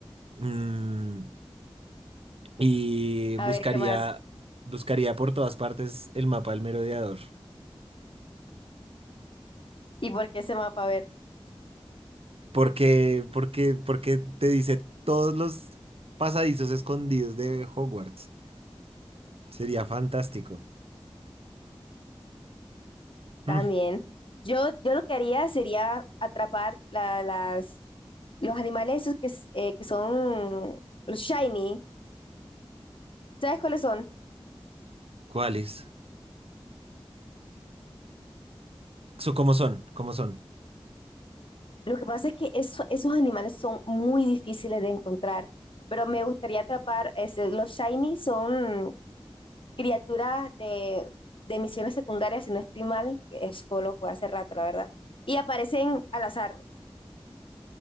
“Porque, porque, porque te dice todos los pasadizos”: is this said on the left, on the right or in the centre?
Right